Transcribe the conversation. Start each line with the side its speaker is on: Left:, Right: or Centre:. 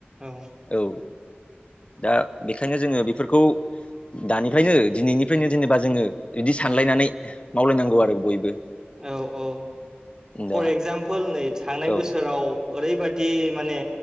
Right: औ
Left: औ दा बेखायनो जोङो बेफोरखौ दानिफ्रायनो दिनैनिफ्रायनो जेनेबा जोङो बिदि सानलायनानै मावलायनांगौ आरो बयबो
Right: औ औ
Left: दा
Right: फर एक्जामपोल नै थांनाय
Left: औ
Right: बोसोराव ओरैबादि माने